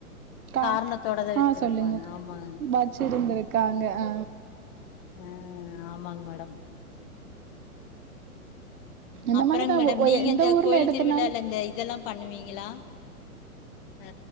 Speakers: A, on the right (about 70°); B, on the left (about 35°).
A: கா
B: காரணத்தோடதா வச்சிருப்பாங்க
A: ஆ சொல்லுங்க
B: ஆமாங்க
A: வச்சுருந்திருக்கு இருக்காங்க ஆ
B: ஆ ஆமாங்க மேடம்
A: இந்த
B: அப்புறங்க
A: மாதிரி தான்
B: மேடம்
A: ஒ- ஒ-
B: நீங்க
A: எந்த
B: இந்த
A: ஊர்ல
B: கோயில்
A: எடுத்தனாலும்
B: திருவிழால இந்த இதெல்லாம் பண்ணுவீங்களா ஆ